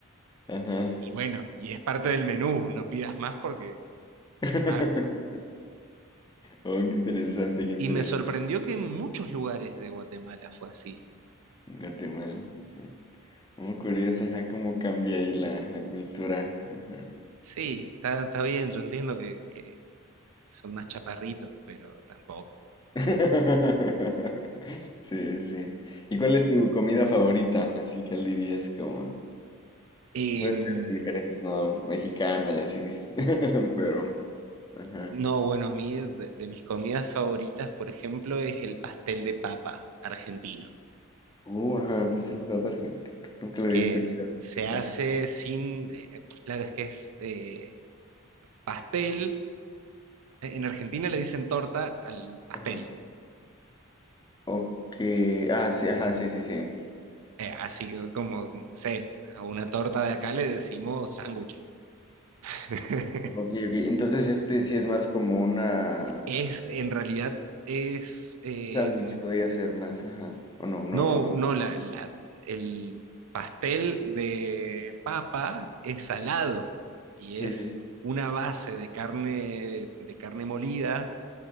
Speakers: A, on the left (about 20°); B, on the right (about 75°).
A: Ajá.
B: Y, y bueno, y es parte del menú, no pidas más porque
A: <laughs>
B: es más.
A: Oh, qué interesante, qué interesante.
B: Y me sorprendió que en muchos lugares de Guatemala fue así.
A: En Guatemala. ujú. Oh, curioso, ajá, cómo cambia ahí la, la cultura. Ajá.
B: Sí, está, está bien, yo entiendo que, que son más chaparritos, pero tampoco.
A: <laughs> Sí, sí. ¿Y cuál es tu comida favorita? Así que él dirías como,
B: Em,
A: puede ser de diferentes, ¿no? Mexicana y así. <laughs> Pero, ajá.
B: No, bueno, a mí de, de mis comidas favoritas, por ejemplo, es el pastel de papa argentino,
A: Uh, ajá, pastel de papa argentino. Nunca lo
B: que
A: había escuchado.
B: se hace
A: Ajá.
B: sin, eh, eh, claro, es que es eh, pastel, E, en Argentina le dicen torta al pastel,
A: Ajá. Ok. Ah, sí, ajá, sí, sí, sí.
B: eh, así
A: Sí,
B: que como, no sé, a una torta de acá le decimos sándwich. <laughs>
A: Ok, ok. Entonces este sí es más como una,
B: Es, en realidad, es, eh,
A: un sándwich podría ser más, ajá. O no, no,
B: No,
A: no, no.
B: no, la, la- el pastel de papa es salado y
A: Sí,
B: es
A: sí, sí.
B: una base de carne, de carne molida